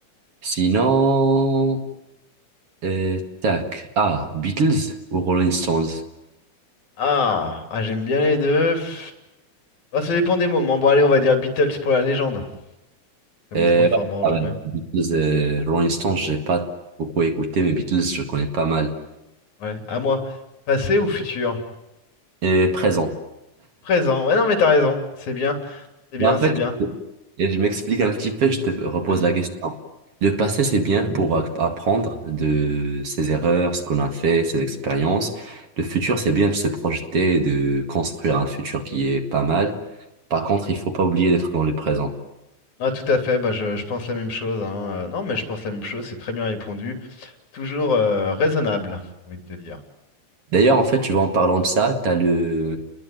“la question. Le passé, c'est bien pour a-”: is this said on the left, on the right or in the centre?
Right